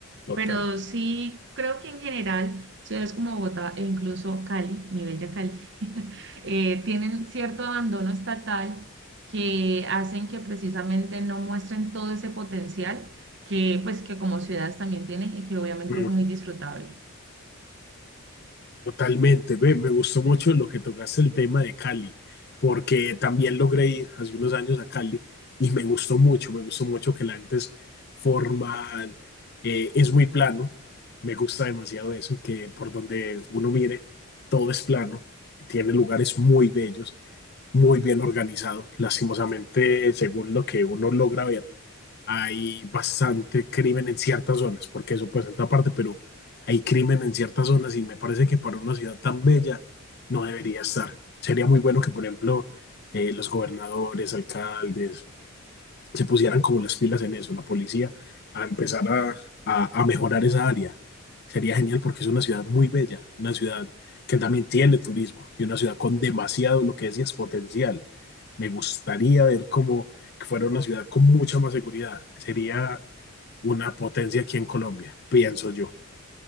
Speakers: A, on the left; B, on the right.
A: total.
B: Pero sí, creo que en general ciudades como Bogotá e incluso Cali, mi bella Cali, <laughs> eh, tienen cierto abandono estatal que hacen que precisamente no muestren todo ese potencial que pues que como ciudades también tienen y que obviamente
A: Mm,
B: es muy disfrutable.
A: Totalmente, ve, me gustó mucho lo que tocaste el tema de Cali, porque también logré ir hace unos años a Cali y me gustó mucho, me gustó mucho que la gente es formal, eh, es muy plano, me gusta demasiado eso, que por donde uno mire, todo es plano, tiene lugares muy bellos, muy bien organizado, lastimosamente, según lo que uno logra ver hay bastante crimen en ciertas zonas, porque eso pues en otra parte, pero hay crimen en ciertas zonas y me parece que para una ciudad tan bella no debería estar. Sería muy bueno que, por ejemplo, eh, los gobernadores, alcaldes, se pusieran como las pilas en eso, la policía, a empezar a, a, a mejorar esa área. Sería genial porque es una ciudad muy bella, una ciudad que también tiene turismo y una ciudad con demasiado, lo que decías, potencial. Me gustaría ver cómo fuera una ciudad con mucha más seguridad. Sería una potencia aquí en Colombia, pienso yo.